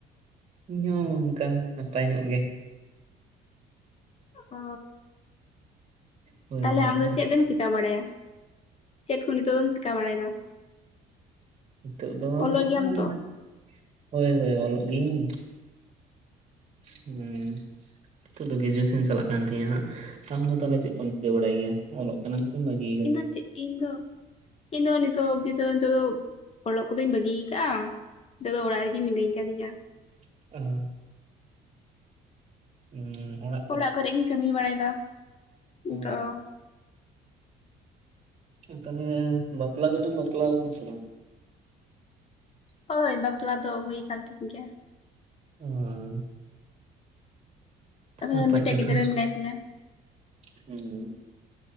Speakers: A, on the right; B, on the left.
A: ᱤᱧ ᱦᱚᱸ ᱚᱱᱠᱟ ᱱᱟᱯᱟᱭ ᱧᱚᱜ ᱜᱮ।
B: ᱚ
A: ᱦᱳᱭ
B: ᱛᱟᱦᱟᱞᱮ
A: ᱦᱳᱭ
B: ᱟᱢᱫᱚ ᱪᱮᱫ ᱮᱢ ᱪᱮᱠᱟ ᱵᱟᱲᱟᱭᱟ᱾ ᱪᱮᱫ ᱠᱚ ᱱᱤᱛᱚᱜ ᱫᱚᱢ ᱪᱮᱠᱟ ᱵᱟᱲᱟᱭᱮᱫᱟ?
A: ᱱᱤᱛᱳᱜ ᱫᱚ
B: ᱚᱞᱚᱜ
A: ᱪᱤᱠᱟ
B: ᱜᱮᱭᱟᱢ
A: ᱦᱚᱸ ᱵᱟᱝ᱾
B: ᱛᱚ?
A: ᱦᱳᱭ ᱦᱳᱭ ᱚᱞᱚᱜ ᱜᱤᱭᱟᱹᱧ। ᱦᱩᱸ ᱱᱤᱛᱚᱜ ᱫᱚ ᱜᱨᱮᱡᱩᱭᱮᱥᱚᱱ ᱪᱟᱞᱟᱜ ᱠᱟᱱ ᱛᱤᱧᱟᱹ ᱦᱟᱸᱜ᱾ ᱟᱢ ᱫᱚ ᱛᱟᱦᱟᱞᱮ ᱪᱮᱫ ᱠᱚᱢ ᱪᱤᱠᱟᱹ ᱵᱟᱲᱟᱭ ᱜᱮᱭᱟ? ᱚᱞᱚᱜ ᱠᱟᱱᱟᱢ ᱥᱮᱢ ᱵᱟᱹᱜᱤ ᱠᱟᱫᱟ?
B: ᱤᱧ ᱫᱚ ᱪᱮᱫ ᱤᱧ ᱫᱚ, ᱤᱧ ᱫᱚ ᱱᱤᱛᱚᱜ ᱚᱵᱫᱤ ᱫᱚ ᱱᱤᱛᱚᱜ ᱫᱚ ᱚᱞᱚᱜ ᱠᱚᱫᱚᱧ ᱵᱟᱹᱜᱤ ᱟᱠᱟᱜᱼᱟ। ᱱᱤᱛᱚᱜ ᱫᱚ ᱚᱲᱟᱜ ᱨᱮᱜᱮ ᱢᱤᱱᱟᱹᱧ ᱠᱟᱫᱤᱧᱟ।
A: <unintelligible> ᱦᱮᱸ ᱚᱲᱟᱜ
B: ᱚᱲᱟᱜ ᱠᱚᱨᱮ ᱜᱤᱧ ᱠᱟᱹᱢᱤ ᱵᱟᱲᱟᱭᱮᱫᱟ ᱱᱤᱛᱚᱜ
A: ᱚ
B: ᱫᱚ।
A: ᱟᱨ ᱛᱟᱦᱟᱞᱮ ᱵᱟᱯᱞᱟ ᱠᱚᱛᱚᱢ ᱵᱟᱯᱞᱟᱣ ᱠᱟᱱᱟ ᱥᱮ ᱵᱟᱝ?
B: ᱦᱳᱭ ᱵᱟᱯᱞᱟ ᱫᱚ ᱦᱩᱭ ᱟᱠᱟᱱ ᱛᱤᱧ ᱜᱮᱭᱟ।
A: <unintelligible>
B: ᱟᱫᱚ
A: ᱱᱟᱯᱟᱭ
B: ᱢᱤᱫᱴᱮᱡ
A: ᱠᱟᱛᱷᱟ
B: ᱜᱤᱫᱽᱨᱟᱹ ᱢᱮᱱᱟᱭ ᱛᱤᱧᱟ
A: ᱦᱩᱸ